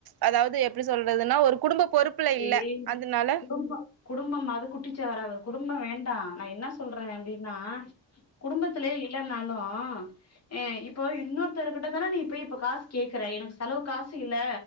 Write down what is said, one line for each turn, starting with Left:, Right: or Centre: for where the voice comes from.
Right: அதாவது எப்படி சொல்றதுன்னா ஒரு குடும்ப பொறுப்புல
Left: தே
Right: இல்ல. அதனால
Left: குடும்போ குடும்பமாது குட்டிச்செவுராது குடும்பம் வேண் டா நா என்ன சொல்றே அப்டின்னா குடும்பத்துலயே இல்லனாலு அ இப்போ இன்னொருத்தரு கிட்ட தானே நீ இப்ப காசு கேக்குற எனக்கு செலவுக் காசு இல்ல